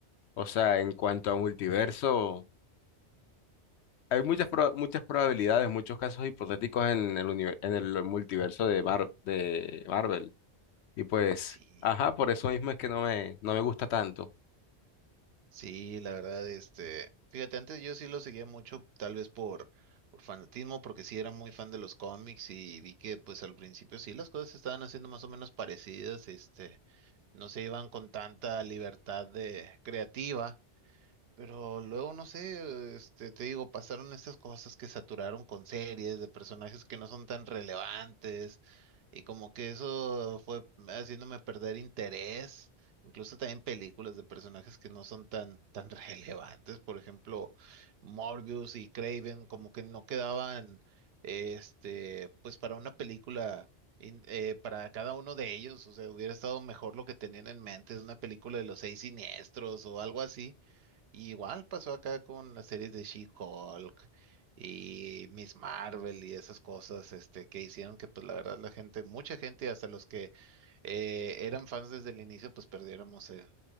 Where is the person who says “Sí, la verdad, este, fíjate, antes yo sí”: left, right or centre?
Right